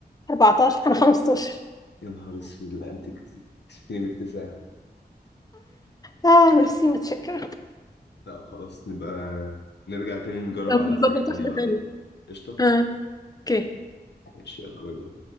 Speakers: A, on the left; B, on the left.
A: اربعتاشر انا خمستاشر
B: يا نهار اسود لا انت كت- كسبتني باكتساح
A: اه ميرسي متشكرة
B: لا خلاص نبقى نرجع تاني نجرب
A: طب
B: على
A: نظبط
B: حاجة تانية
A: واحدة
B: بعدين
A: تانية
B: قشطة؟
A: اه اوكي
B: ماشي يلا باي باي